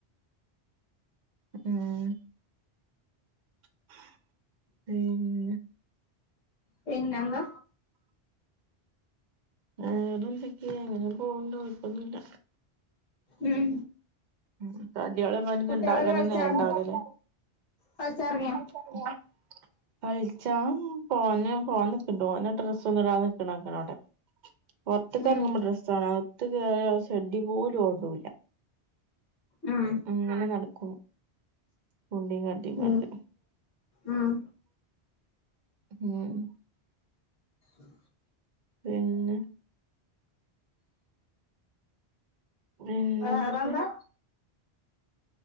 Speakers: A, on the right; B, on the left.
A: ഉും ഉം
B: പിന്നെഎന്താ
A: വേറെന്തൊക്കെയെ അങ്ങനെ പോൻണ്ട് കുഴപ്പൊന്നുമില്ല
B: ഉം
A: ഉ തടിയോളി പ
B: കുട്ടികളൊക്കെ
A: ഇണ്ടാകാനൊന്നും
B: കളിച്ചാർന്ന്
A: നേരണ്ടാവൂലല്ലേ
B: കളിച്ചെറങ്ങിയോ
A: അഅ്ചറീല
B: <inaudible>
A: കളിച്ചാൻ പോന്ന് പോവാൻ നിക്ക്ണ്ടോൻ ഡ്രസ് ഒന്നും ഇടാതെ നിക്ക്ണതാവ്ടെ പൊറത്ത്കറങ്ങുമ്പോ
B: ഉം
A: ഡ്രസ്സ് വാണം അകത്തു കയറിയാ ഷെഡി പോലും ഇടൂല
B: ഉം
A: അങ്ങനെ നടക്കും കുണ്ടീംകാട്ടിക്കാണ്ട്
B: ഉം ഉം
A: ഉം
B: ഉം
A: പിന്നെ പിന്നെ
B: വേറെന്താ
A: എന്തെക്കെ